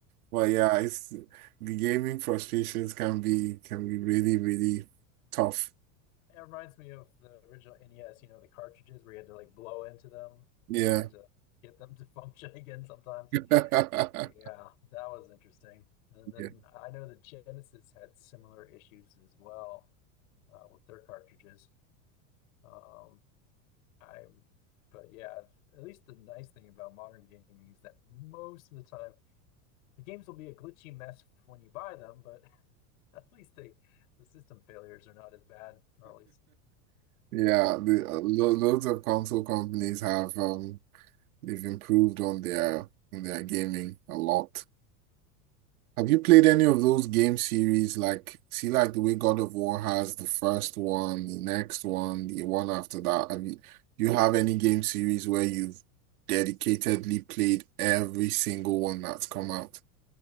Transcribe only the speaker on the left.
Oh
man!
It reminds me of the original NES. You know, the cartridges where you had to like blow into them
in order to get them to <laughs> function again. Sometimes.
Yeah, that was interesting. And then
I know that Genesis had similar issues as well uh, with their cartridges. Um, i but yeah, at least the nice thing about modern gaming is that most of the time the games will be a glitchy mess when you buy them, but <laughs> at least they, the system failures are not as bad, or at least
um,